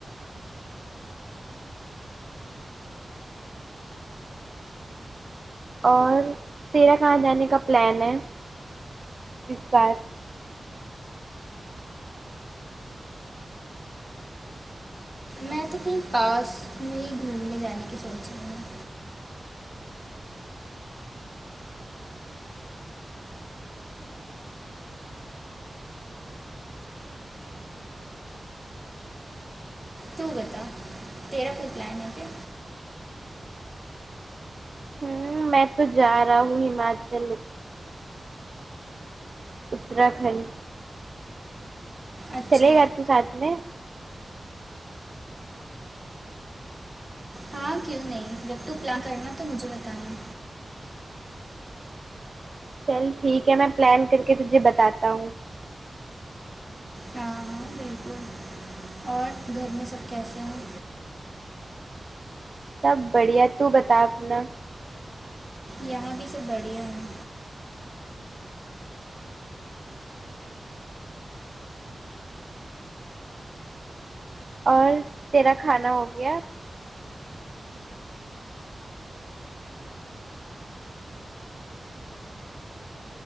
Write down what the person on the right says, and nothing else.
اور تیرا کہاں جانے کا پلان ہے اس بار
ہوں میں تو جا رہا ہوں ہماچل اتراکھنڈ
چلیگا تو ساتھ میں
چل ٹھیک ہے میں پلان کر کے تجھے بتاتا ہوں
سب بڑھیا تو بتا اپنا
اور تیرا کھانا ہو گیا